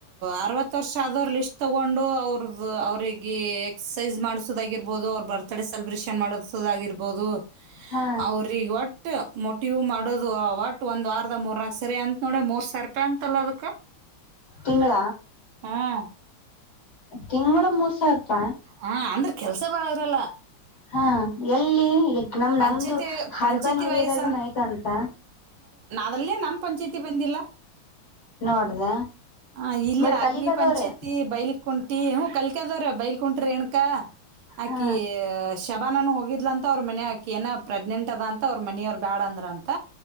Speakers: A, on the right; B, on the left.
A: ಅರ್ ತೊಂಡ. ್ರ ಅವರಿಗೆ ಎಕ್ಸಸೈಸ್ ಮಾಡಸುದಾಗಿರ್ಬಹುದು ಅವ್ರ ಬರ್ತ್ಡೇ ಸೆಲೆಬ್ರೇಷನ್ ಮಾಡಾಗಿ. ಇರ್ಬೋದು
B: ಹಾ
A: ಅವ್ರಗ ಒಟ್ಟ. ಮೊಟಿವ್ ಮಾಡೋದು ಒಟ್ ಒಂದ್ ವಾರದ ಮೂರ್ನಾಾಕಕ್ ಸರಿ ಅಂತ ನೋ ಮೂರ್ ಸಿರ ರೂಪಾಯಿ ಅಂತಲ್ಲ ಅದಕ್.
B: ತಿಂಗಳ
A: ಹ್ಮ್.
B: ತಿಂಗಳ ಮೂರುಸಾವರ್ಪ.
A: ಹಾ ಅಂದ್ರೆ ಕೆಲ್ಸ ಬಾಳ ಇರಲ್ಲ.
B: ಹಾ ಎಲ್ಲಿ ನಮ ನಮ್ದು
A: ಪಂಚಾಯತಿ ಪಂಚಾಯತಿ
B: ಅರ್ಬನ್ ಏರಿಯಾದಾಗು
A: ವೈಸ್
B: ಆಯ್ತ ಅಂತ
A: ಅದಲ್ಲೇ ನಮ್ಮ್ ಪಂಚಾಯತಿ ಬಂದಿಲ್ಲ
B: ನೋಡ್ದ
A: ಹ ಇಲ್ಲ
B: ಬಟ್ ಕಲಿಕದವ್ರೆ
A: ಅಗ್ನಿ ಪಂಚಾಯ್ತಿ ಬೈಲ್ ಕುಂಟಿ ಹೂ ಕಲ್ಕ್ಯದವ್ರ ಬೈಲ್ ಕುಂಟ್ರಿ ಎಣಕಾ ಆಕಿ್
B: ಹಾ
A: ಶಬಾನನು ಹೋಗಿದ್ಲ ಅಂತ ಅವ್ರ ಮನ ಆಾಕಿ ಏನ ಪ್ರೆಗ್ನೆಂಟ್ ಅದ ಅಂತ ಅವ್ರ ಮನೆಯವರು ಬ್ಯಾಡ ಅಂದ್ರಂತ